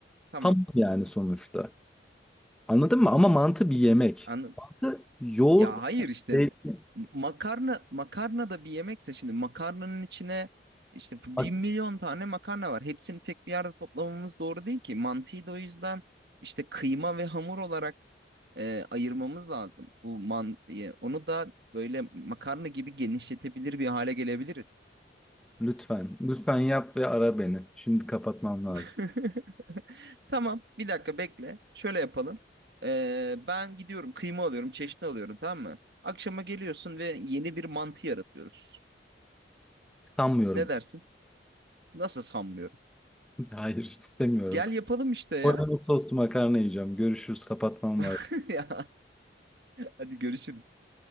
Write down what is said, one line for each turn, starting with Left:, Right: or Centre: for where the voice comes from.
Right: Tamam.
Centre: ham yani sonuçta. Anladın mı? Ama mantı bir yemek.
Right: Anladım.
Centre: Mantı yoğurt,
Right: Ya hayır işte
Centre: zeytin.
Right: makarna makarna da bir yemekse şimdi makarnanın içine işte bir
Centre: Bak,
Right: milyon tane makarna var. Hepsini tek bir yerde toplamamız doğru değil ki. Mantıyı da o yüzden işte kıyma ve hamur olarak e, ayırmamız lazım. Bu man e, onu da böyle makarna gibi genişletebilir bir hale gelebiliriz.
Centre: lütfen, lütfen yap ve ara beni. Şimdi kapatmam lazım.
Right: <laughs> Tamam, bir dakika bekle. Şöyle yapalım. Ee, ben gidiyorum, kıyma alıyorum, çeşni alıyorum, tamam mı? Akşama geliyorsun ve yeni bir mantı yaratıyoruz.
Centre: Sanmıyorum.
Right: Ne dersin? Nasıl sanmıyorum.
Centre: <laughs> Hayır, istemiyorum.
Right: Gel yapalım işte ya.
Centre: Bolognese soslu makarna yiyeceğim. Görüşürüz, kapatmam lazım.
Right: <laughs> Ya, Hadi görüşürüz.